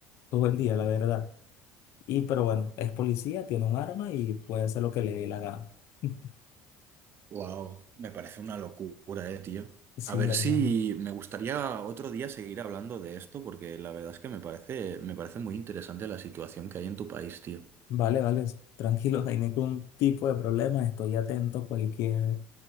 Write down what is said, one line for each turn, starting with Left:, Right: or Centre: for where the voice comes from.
Left: todo el día, la verdad. Y pero bueno, es policía, tiene un arma y puede hacer lo que le dé la gana. <laughs>
Right: Wow, me parece una locura, eh, tío.
Left: Sí,
Right: A ver
Left: hermano.
Right: si me gustaría otro día seguir hablando de esto, porque la verdad es que me parece, me parece muy interesante la situación que hay en tu país, tío.
Left: Vale, vale, tranquilo, <laughs> no hay ningún tipo de problema. Estoy atento a cualquier